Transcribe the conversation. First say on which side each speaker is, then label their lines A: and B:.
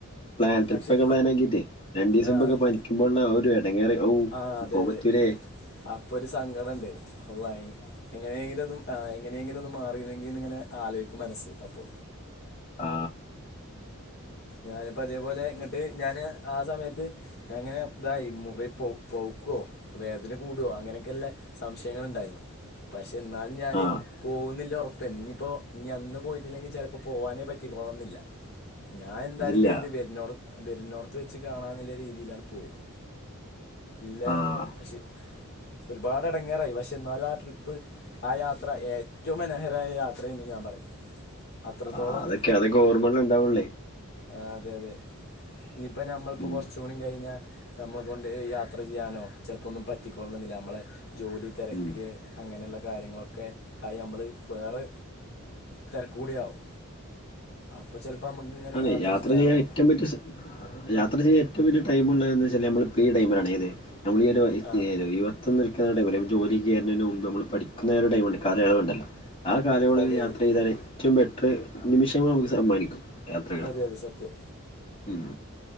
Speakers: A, on the left (about 25°); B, on the left (about 45°).
A: പ്ലാൻ ട്രിപ്പ്
B: പക്ഷെ
A: ഒക്കെ പ്ലാൻ ആക്കിട്ട് രണ്ടീസം
B: ആ
A: മുൻപൊക്കെ
B: അത്
A: പനിക്കുമ്പോള്ള ആ ഒരു എടങ്ങേറ് ഔ
B: ആ അതെ
A: പോവാൻ
B: അതെ
A: പറ്റൂലേ
B: അപ്പൊ ഒരു സംഘടം പോവാൻ എങ്ങനെയങ്കിലൊന്നും അയി എങ്ങനെയെങ്കിലും ഒന്ന് മാറിയിന്നെങ്കിന്ന് ഇങ്ങനെ ആലോചിക്കും മനസ്സ് അപ്പൊ
A: ആ
B: ഞാനിപ്പോ അതേപോലെ ഇങ്ങട്ട് ഞാന് ആ സമയത്ത് ഞനങ്ങനെ ഇതായി മുറി പോ പോവും പ്പോ വേദന കൂടോ അങ്ങനെയൊക്കെല്ല സംശയങ്ങള ഉണ്ടായിരുന്നു പ്പനി പക്ഷെ എന്നാലും ഞാന്
A: ആഹ്
B: പോകുന്നില്ല ഉറപ്പ അപ്പോ ഇനിപ്പോ ഇനി അന്ന് പോയിട്ടില്ലെങ്കിൽ ചിലപ്പോ പോവാനെ പറ്റിക്കോളണംന്നില്ല. ഞാൻ എന്തായാലും
A: അതില്ല
B: കരുതി വരുന്നോട വരുന്നോടത്ത് വെച്ച് കാണാ എന്നുള്ള രീതിയിലാട്ട് പോയത്. ഇല്ല
A: ആഹ്
B: പക്ഷെ ഒരുപാട് ഇടങ്ങേറായി പക്ഷെ എന്നാലും ആ ട്രിപ്പ് ആ യാത്ര ഏറ്റവും മനോഹരായ യാത്രയന്ന് ഞാൻ പറയും. അത്രത്തോളം
A: ആ അതൊക്കെ അതൊക്കെ ഓർമ്മകൾല് ഇണ്ടാവോള്ളെ.
B: ആ അതെ അതെ ഇനിയിപ്പ നമ്മളിപ്പോ
A: ഉം
B: കൊറച്ച്കൂടി കഴിഞ്ഞാ നമ്മളെ കൊണ്ട് യാത്ര ചെയ്യാനോ ചിലപ്പോന്നും പറ്റിക്കൊള്ളുന്നില്ല നമ്മള് ജോലി തിരക്ക്
A: ഉം
B: അങ്ങനെയുള്ള കാര്യങ്ങളൊക്കെ ആയി നമ്മള് വേറെ തെരക്ക്‌ കൂടിയാകുബോ അപ്പോ ചെലപ്പോ നമുക്ക് ഇങ്ങനെ
A: ആണ യാത്ര
B: ചെയ്യാനോ
A: ചെയ്യാൻ ഏറ്റവും പറ്റിയ സമയം യാത്ര ചെയ്യ ഏറ്റവും വലിയ ടൈമുള്ളത വെച്ചാല് നമ്മ ഈ ടൈാണ്ത് നമ്മളൊരു
B: ആ
A: ഇരുപത്തൊന്ന് ട അല്ല ജോലിക്ക്റുന്നതിന് മുമ്പ്മ്മൾ പഠിക്കുന്നരുടൈംണ്ട് ആ കാലയളവ് ഉണ്ടല്ലോ ആ കാലയളവിൽ
B: അതെ
A: യാത്ര
B: അതെ
A: ചെയ്താൽ ഏറ്റവും ബെറ്റർ നിമിഷങ്ങ നമുക്ക് സമ്മാനിക്കും യാത്രകളെ
B: അതെ അതെ സത്യം
A: ഉം